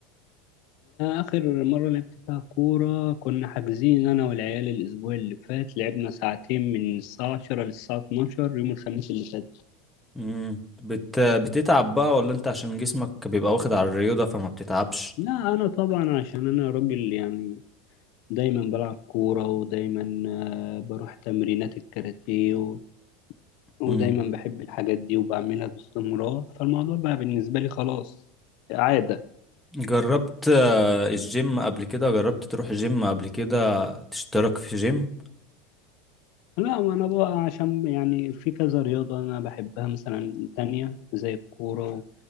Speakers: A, on the left; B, in the centre.
A: آخر مرة لعبت فيها كورة كنا حاجزين أنا والعيال الأسبوع اللي فات لعبنا ساعتين من الساعة عشرة للساعة اتناشر يوم الخميس اللي فات
B: مم. بت... بتتعب بقى ولا انت عشان جسمك بيبقى واخد على الرياضة فما بتتعبش
A: لا أنا طبعا عشان أنا راجل يعني دايما بلعب كورة ودايما آه، بروح تمرينات الكاراتيه و- ودايما
B: مم.
A: بحب الحاجات دي وبعملها باستمرار فالموضوع بقى بالنسبة لي خلاص عادة
B: جربت آه، الجيم قبل كده جربت تروح جيم قبل كده تشترك في جيم
A: لا ما أنا بقى عشان يعني في كذا رياضة أنا بحبها مثلا تانية زي الكورة